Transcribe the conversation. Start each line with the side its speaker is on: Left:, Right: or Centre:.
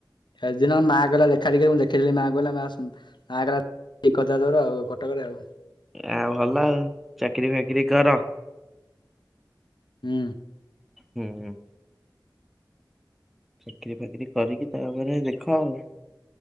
Left: ସେଦିନ ମାଆ କହିଲା ଦେଖା ଟିକେ ମୁଁ ଦେଖେଇ ଦେଲି ମାଆ କହିଲ ମା ମା କହିଲା ଠିକ୍ କରିଥା ତୋର କଟକରେ ଆଉ।
Centre: ଆଉ ଭଲ ଆଉ ଚାକିରିୀ ଫାକିରି କର।
Left: ହୁଁ।
Centre: ହୁଁ ହୁଁ। ଚାକିରି ଫାକିରି କରିକି ତାପରେ ଦେଖ ଆଉ।